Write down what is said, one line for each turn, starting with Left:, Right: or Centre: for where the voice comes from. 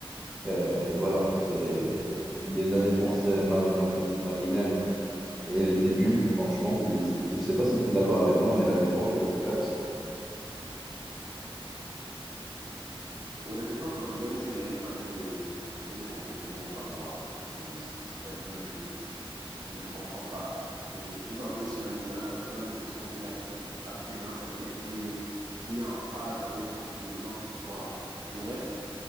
Centre: Euh, mais voilà, c'est les- la défense euh, ma- madrid, madrilène, elle était nulle, franchement. Je sais, je sais pas si tu es d'accord avec moi, mais la défense, elle était catastrophique.
Right: Oui, la défense madrilène, ces derniers temps, elle est, elle est complètement aux abois. C'est, c'est-à-dire, je, je, je comprends pas. Euh, Vous entrez sur un terrain, on a l'impression qu'il y a que Mbappé dans sa tête qui est, qui est en phase avec l'élément victoire. Le reste,